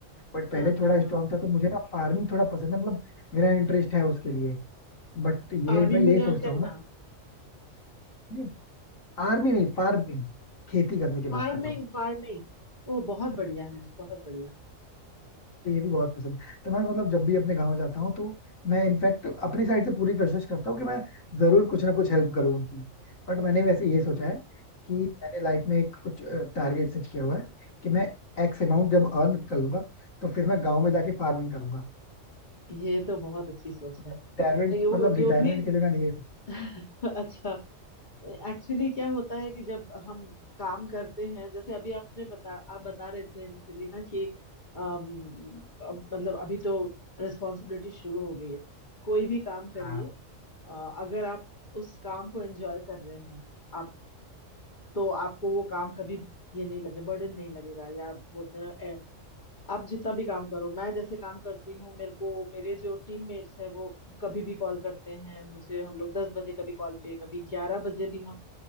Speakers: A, on the left (about 75°); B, on the left (about 35°).
A: बट पहले
B: हाँ हाँ
A: थोड़ा स्ट्रांग
B: हाँ
A: था तो मुझे ना फार्मिंग थोड़ा पसंद है मतलब मेरा इंटरेस्ट है उसके लिए बट ये
B: फार्मिंग
A: मैं यही
B: में ज्वाइन
A: सोचता
B: करना
A: हूँ ना नहीं आर्मी नहीं फार्मिंग खेती करने की बात
B: Farming
A: कर रहा हूँ
B: farming ओ बहुत बढ़िया है बहुत बढ़िया
A: ये भी बहुत पसंद है तो मैं मतलब जब भी अपने गाँव जाता हूँ तो मैं इनफैक्ट अपनी साइड से पूरी कोशिश करता हूँ कि मैं जरूर कुछ ना कुछ हेल्प करूँ उनकी बट मैंने वैसे ये सोचा
B: हम्म
A: है कि मैंने लाइफ में एक कुछ टारगेट सेट किया हुआ है कि मैं एक्स अमाउंट जब अर्न कर लूंगा तो फिर मैं गाँव में जाके फार्मिंग करूंगा
B: ये तो बहुत अच्छी सोच है
A: रिटायरमेंट
B: ये वो
A: मतलब
B: जो
A: रिटायरमेंट
B: भी <laughs>
A: के लिए मैंने ये सोचा
B: अच्छा एक्चुअली क्या होता है कि जब हम काम करते हैं जैसे अभी आपने बता आप बता रहे थे इनिशियली ना कि अम, अब मतलब अभी तो रिस्पॉन्सिबिलिटी शुरू हो गई है कोई भी काम करिए
A: हाँ
B: अ, अगर आप उस काम को एंजॉय कर रहे हैं आप तो आपको वो काम कभी ये नहीं लगे बर्डन नहीं लगेगा या आप बोलते हैं ना ए, आप जितना भी काम करो मैं जैसे काम करती हूँ मेरे को मेरे जो टीममेट्स हैं वो कभी भी कॉल करते हैं मुझे हम लोग दस बजे कभी कॉल पे कभी ग्यारह बजे भी हम